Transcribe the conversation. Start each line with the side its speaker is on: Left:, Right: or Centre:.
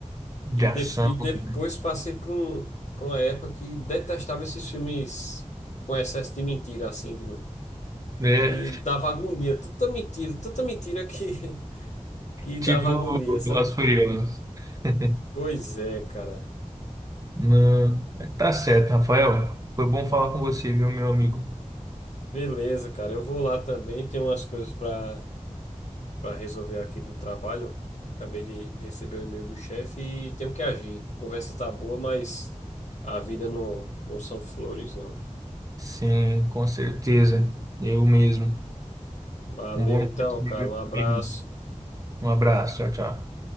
Right: De
Left: e,
Right: ação.
Left: de- e depois
Right: né?
Left: passei por um, por uma época que detestava esses filmes com excesso de mentira, assim, de-
Right: É,
Left: e dava agonia, tanta mentira, tanta mentira que, <laughs> que dava
Right: tipo
Left: agonia, sabe?
Right: Velozes Furiosas. <laughs>
Left: Pois é, cara.
Right: Não, mas tá certo, Rafael. Foi bom falar com você, viu, meu amigo?
Left: Beleza, cara. Eu vou lá também. Tem umas coisas para para resolver aqui do trabalho. Acabei de receber o e-mail do chefe e tenho que agir. Conversa tá boa, mas a vida não, não são flores, não.
Right: Sim, com certeza. Eu mesmo.
Left: Valeu
Right: Um bom
Left: então,
Right: dia,
Left: cara.
Right: viu,
Left: Um abraço.
Right: meu amigo? Um abraço, tchau, tchau.